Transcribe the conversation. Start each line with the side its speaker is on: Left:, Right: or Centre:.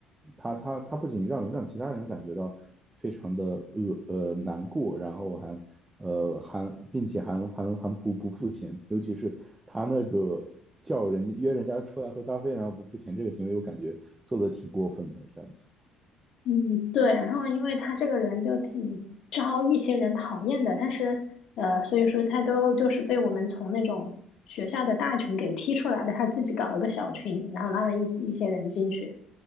Right: 他他他不仅让让其他人感觉到非常的恶呃难过，然后还呃还并且还还还不不付钱，尤其是他那个叫人约人家出来喝咖啡，然后不付钱这个行为，我感觉做的挺过分的这样子。
Left: 嗯，对，然后因为他这个人就挺招一些人讨厌的，但是呃，所以说他都就是被我们从那种学校的大群给踢出来的，他自己搞了个小群，然后拉了一一些人进去。